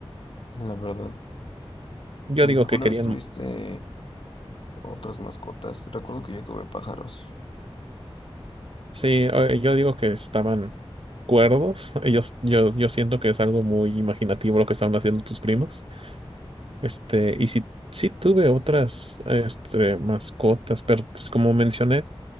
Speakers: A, on the left (about 60°); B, on the right (about 65°).
A: la verdad.
B: Yo
A: ¿Y
B: digo
A: alguna
B: que querían,
A: vez tuviste otras mascotas? Recuerdo que yo tuve pájaros.
B: sí, eh, yo digo que estaban cuerdos. Ellos, yo, yo siento que es algo muy imaginativo lo que estaban haciendo tus primos. Este, y si, sí tuve otras, este, mascotas, pero pues como mencioné,